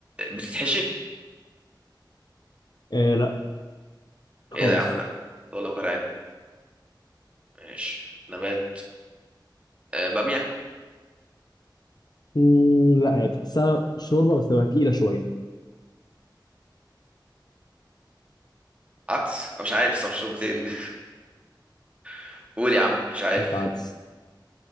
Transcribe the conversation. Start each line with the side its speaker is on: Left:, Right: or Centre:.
Right: بتتحشي
Left: إيه لا خالص
Right: ايه ده يا عم ده طول لو كان عنب ماشي نبات آه بامية
Left: مم، لا هي تحسها شوربه بس تبقى تقيله شويه
Right: عدس أنا مش عارف صراحة شرب بتقول <laughs> قول يا عم مش عارف
Left: مش عدس